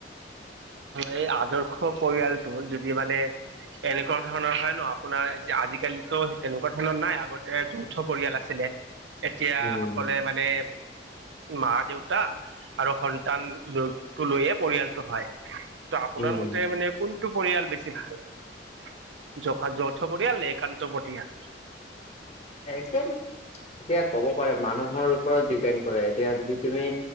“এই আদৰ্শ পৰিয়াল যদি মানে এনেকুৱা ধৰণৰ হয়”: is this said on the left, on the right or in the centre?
Right